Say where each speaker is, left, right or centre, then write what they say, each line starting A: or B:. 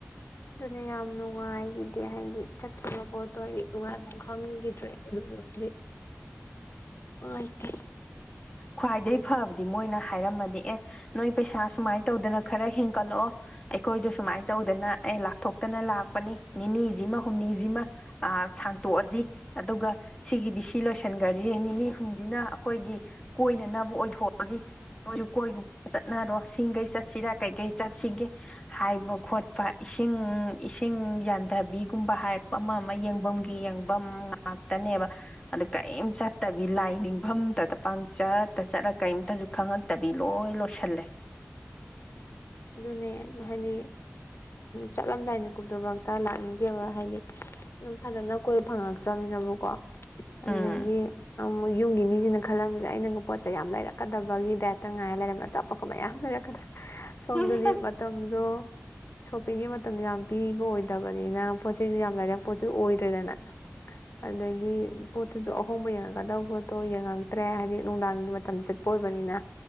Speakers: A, on the left (about 55°); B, on the left (about 15°).
A: ꯑꯗꯨꯅꯦ ꯌꯥꯝ ꯅꯨꯡꯉꯥꯏꯒꯤꯗꯦ ꯍꯥꯏꯗꯤ ꯆꯠꯇꯈꯤꯕ ꯄꯣꯠꯇꯣ ꯍꯥꯏꯗꯤ ꯅꯨꯡꯉꯥꯏꯐꯝꯥꯎ ꯈꯪꯈꯤꯗ꯭ꯔꯦ ꯑꯗꯨꯗꯨꯒꯤ ꯅꯨꯡꯉꯥꯏꯇꯦ
B: ꯈ꯭ꯋꯥꯏꯗꯒꯤ ꯐꯕꯗꯤ ꯃꯣꯏꯅ ꯍꯥꯏꯔꯝꯃꯗꯤ ꯑꯦ ꯅꯣꯏ ꯄꯩꯁꯥ ꯁꯨꯃꯥꯏ ꯇꯧꯗꯅ ꯈꯔ ꯍꯦꯟꯀꯠꯂꯛꯑꯣ ꯑꯩꯈꯣꯏꯗꯣ ꯁꯨꯃꯥꯏꯅ ꯇꯧꯗꯅ ꯑꯦ ꯂꯥꯊꯣꯛꯇꯅ ꯂꯥꯛꯄꯅꯤ ꯅꯤꯅꯤꯁꯤꯃ ꯍꯨꯝꯅꯤꯁꯤꯃ ꯑꯥ ꯁꯥꯡꯇꯣꯛꯑꯁꯤ ꯑꯗꯨꯒ ꯁꯤꯒꯤꯗꯤ ꯁꯤ ꯂꯣꯏꯁꯤꯟꯈ꯭ꯔꯖꯤ ꯅꯤꯅꯤ ꯁꯤꯡꯁꯤꯅ ꯑꯩꯈꯣꯏꯒꯤ ꯀꯣꯏꯅꯅꯕ ꯑꯣꯏꯊꯣꯛꯑꯁꯤ ꯃꯣꯏꯁꯨ ꯀꯣꯏꯒꯨꯝ ꯆꯠꯅꯔꯣ ꯁꯤꯡꯈꯩ ꯆꯠꯁꯤꯔꯥ ꯀꯩꯀꯩ ꯆꯠꯁꯤꯒꯦ ꯍꯥꯏꯕ ꯈꯣꯠꯄ ꯏꯁꯤꯡ ꯏꯁꯤꯡ ꯌꯥꯟꯊꯕꯤꯒꯨꯝꯕ ꯍꯥꯏꯔ ꯑꯃ ꯑꯃ ꯌꯦꯡꯐꯝꯒꯤ ꯌꯦꯡꯐꯝ ꯉꯥꯛꯇꯅꯦꯕ ꯑꯗꯨ ꯀꯔꯤꯝ ꯆꯠꯇꯕꯤ ꯍꯥꯏꯗꯤ ꯂꯥꯏ ꯅꯤꯡꯐꯝꯇꯗ ꯄꯥꯡꯆꯠꯇ ꯆꯠꯂ ꯀꯔꯤꯝꯇꯁꯨ ꯈꯪꯉꯛꯇꯕꯤ ꯂꯣꯏ ꯂꯣꯁꯤꯜꯂꯦ
A: ꯑꯗꯨꯅꯦ ꯍꯥꯏꯗꯤ ꯆꯠꯂꯝꯗꯥꯏ ꯃꯤꯀꯨꯞꯇꯃꯛꯇ ꯂꯥꯛꯅꯤꯡꯗꯦꯕ ꯍꯥꯏꯗꯤ ꯑꯗꯨꯝ ꯐꯖꯅ ꯀꯣꯏꯕ ꯐꯪꯉꯛꯇ꯭ꯔꯕꯅꯤꯅꯕꯨꯀꯣ ꯑꯗꯨꯗꯒꯤ
B: ꯎꯝ
A: ꯌꯨꯝꯒꯤ ꯃꯤꯁꯤꯅ ꯈꯜꯂꯝꯃꯤꯁꯦ ꯑꯩꯅ ꯄꯣꯠꯁꯦ ꯌꯥꯝ ꯂꯩꯔꯛꯀꯗꯕꯒꯤ ꯗꯥꯞꯇ ꯉꯥꯏꯔ ꯂꯩꯔꯝꯃꯦ ꯑꯆꯥꯄꯣꯠ ꯃꯌꯥꯝ ꯂꯩꯔꯛꯀ ꯁꯣꯝꯗꯗꯤ
B: ꯎꯝ
A: ꯃꯇꯝꯗꯣ ꯁꯣꯞꯄꯤꯡꯒꯤ ꯃꯇꯝꯗ ꯌꯥꯝ ꯄꯤꯕ ꯑꯣꯏꯗꯕꯅꯤꯅ ꯄꯣꯠ ꯆꯩꯩꯁꯨ ꯌꯥꯝ ꯂꯩꯔꯛꯄꯁꯨ ꯄꯣꯠꯁꯨ ꯑꯣꯏꯗ꯭ꯔꯦꯗꯅ ꯑꯗꯒꯤ ꯄꯣꯠꯇꯨꯁꯨ ꯑꯍꯣꯡꯕ ꯌꯦꯡꯉꯛꯀꯗꯕ ꯄꯣꯠꯇꯣ ꯌꯦꯡꯉꯛꯇ꯭ꯔꯦ ꯍꯥꯏꯗꯤ ꯅꯨꯡꯗꯥꯡꯒꯤ ꯃꯇꯝ ꯆꯠꯄ ꯑꯣꯏꯕꯅꯤꯅ